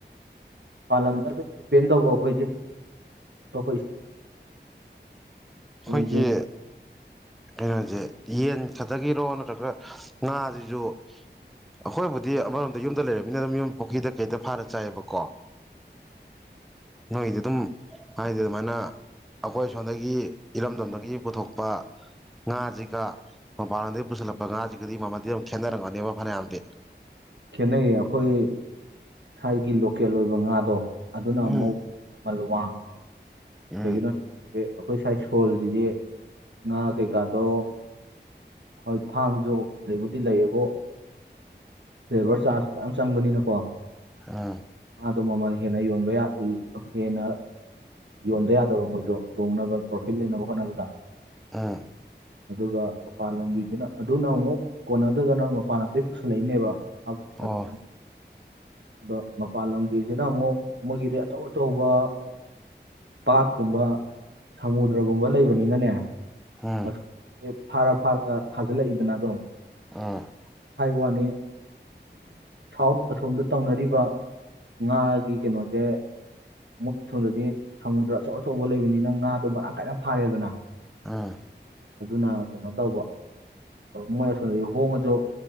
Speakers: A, on the right; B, in the centre.
A: ꯄꯥꯂꯝꯗ ꯗꯤꯄꯦꯟ ꯇꯧꯕ ꯑꯈꯣꯏꯁꯦ ꯑꯇꯣꯞꯄ ꯏꯁꯇꯦꯠꯇꯨꯅ
B: ꯑꯈꯣꯏꯒꯤ
A: ꯌꯦꯟ
B: ꯀꯩꯅꯣꯁꯦ ꯌꯦꯟ ꯈꯥꯇꯒꯤꯔꯣ ꯅꯠꯇ꯭ꯔꯒ ꯉꯥꯁꯤꯁꯨ ꯑꯈꯣꯏꯕꯨꯗꯤ ꯑꯃꯔꯣꯝꯗ ꯌꯨꯝꯗ ꯂꯩꯔꯕꯃꯤꯅ ꯑꯗꯨ ꯌꯨꯝ ꯄꯨꯈ꯭ꯔꯤꯗ ꯀꯩꯇ ꯐꯥꯔ ꯆꯥꯏꯌꯦꯕꯀꯣ ꯅꯣꯗꯣ ꯑꯗꯨꯝ ꯍꯥꯏꯗꯤ ꯑꯗꯨꯃꯥꯏꯅ ꯑꯈꯣꯏ ꯁꯣꯝꯗꯒꯤ ꯏꯔꯝꯗꯝꯗꯒꯤ ꯄꯨꯊꯣꯛꯄ ꯉꯥꯁꯤꯒ ꯃꯄꯥꯟꯗꯒꯤ ꯄꯨꯁꯤꯜꯂꯛꯄ ꯉꯥꯁꯤꯒꯗꯤ ꯃꯃꯜꯗꯤ ꯑꯗꯨꯝ ꯈꯦꯠꯅꯔꯝꯒꯅꯦꯕ ꯐꯅꯌꯥꯝꯗꯤ
A: ꯈꯦꯠꯅꯩꯌꯦ ꯑꯈꯣꯏ ꯍꯥꯏꯒꯤ ꯂꯣꯀꯦꯜ ꯑꯣꯏꯕ ꯉꯥꯗꯣ ꯑꯗꯨꯅ
B: ꯎꯝ
A: ꯑꯃꯨꯛ ꯃꯃꯜ ꯋꯥꯡꯉꯤꯅꯦ
B: ꯎꯝ
A: ꯀꯩꯒꯤꯅꯣ ꯑꯈꯣꯏ ꯁꯣꯏꯜꯁꯤꯗꯤ ꯉꯥ ꯀꯩꯀꯥꯗꯣ ꯍꯣꯏ ꯐꯥꯝꯁꯨ ꯂꯩꯕꯨꯗꯤ ꯂꯩꯌꯦꯕꯨ ꯂꯦꯕꯔ ꯆꯥꯔꯖ ꯃꯌꯥꯝ ꯆꯪꯕꯅꯤꯅꯀꯣ
B: ꯑꯥ
A: ꯑꯗꯨ ꯃꯃꯜ ꯍꯦꯟꯅ ꯌꯣꯟꯕ ꯌꯥꯗꯦ ꯍꯦꯟꯅ ꯌꯣꯟꯕ ꯌꯥꯗꯕ ꯃꯣꯏꯗꯣ ꯇꯣꯡꯅꯕ ꯄ꯭ꯔꯣꯐꯤꯠ ꯂꯩꯅꯕ ꯍꯣꯠꯅꯕꯗ
B: ꯑꯥ
A: ꯑꯗꯨꯒ ꯃꯄꯥꯟ ꯂꯝꯒꯤꯁꯤꯅ ꯑꯗꯨꯅ ꯑꯃꯨꯛ ꯀꯣꯟꯅꯗꯗꯅ ꯃꯄꯥꯟ ꯂꯝꯗꯒꯤ ꯄꯨꯁꯜꯂꯛꯏꯅꯦꯕ <unintelligible>
B: ꯑꯣ
A: ꯑꯗꯣ ꯃꯄꯥꯟ ꯂꯝꯒꯤꯁꯤꯅ ꯑꯃꯨꯛ ꯃꯣꯏꯒꯤꯗꯤ ꯑꯆꯧ ꯑꯆꯧꯕ ꯄꯥꯠꯀꯨꯝꯕ ꯁꯃꯨꯗ꯭ꯔꯒꯨꯝꯕ ꯂꯩꯕꯅꯤꯅꯅꯦ
B: ꯎꯝ
A: ꯑꯁ ꯐꯥꯔ ꯐꯥꯔꯒ ꯊꯥꯖꯤꯜꯂꯛꯏꯗꯅ ꯑꯗꯨꯝ
B: ꯑꯝ
A: ꯍꯥꯏꯕꯋꯥꯅꯤ ꯁꯥꯎꯠ ꯑꯁꯣꯝꯗ ꯇꯧꯅꯔꯤꯕ ꯉꯥꯒꯤ ꯀꯩꯅꯣꯁꯦ ꯃꯣꯏ ꯁꯣꯝꯗꯗꯤ ꯁꯃꯨꯗ꯭ꯔ ꯑꯆꯧ ꯑꯆꯧꯕ ꯂꯩꯕꯅꯤꯅ ꯉꯥꯗꯣ ꯃꯔꯥꯡ ꯀꯥꯏꯅ ꯐꯥꯔꯦꯗꯅ
B: ꯑꯥ
A: ꯑꯗꯨꯅ ꯀꯩꯅꯣ ꯇꯧꯕ ꯃꯣꯏ ꯑꯁꯣꯝꯗ ꯍꯣꯡꯉꯁꯨ